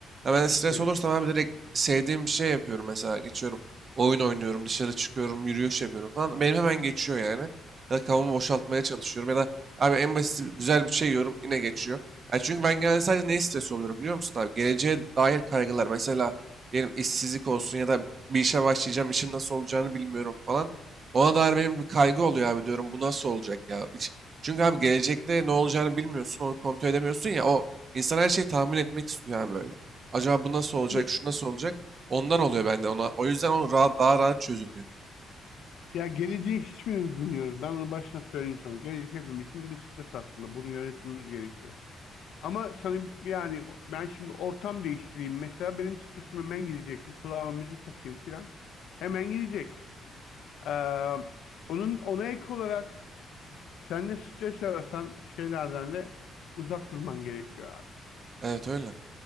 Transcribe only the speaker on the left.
Evet.
Ya,
ya geleceği hiçbirimiz bilmiyoruz. Ben onu baştan söyleyeyim sana. Gelecek hepimiz için bir stres aslında. Bunu yönetmemiz gerekiyor. Ama sana yani ben şimdi ortam değiştireyim. Mesela benim stresim hemen gidecek. Bir kulağıma müzik takayım filan. Hemen gidecek. Ee, onun ona ek olarak sende stres yaratan şeylerden de uzak durman gerekiyor abi.